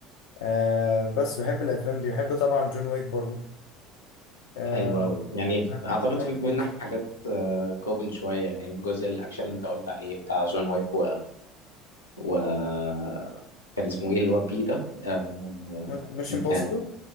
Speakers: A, on the left (about 65°); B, on the left (about 85°).
A: آه بس بحب الافلام دي بحب طبعا جون ويك برضه آه
B: حلو قوي يعني
A: ده
B: اعتقد
A: ده
B: في
A: من
B: بينا
A: برضه
B: حاجات آه، كومن شويه يعني الجزء الاكشن اللي انت قلت عليه بتاع جون ويك وكان اسمه ايه اللي هو بي ده آه...
A: مش امبوسيبل
B: آه...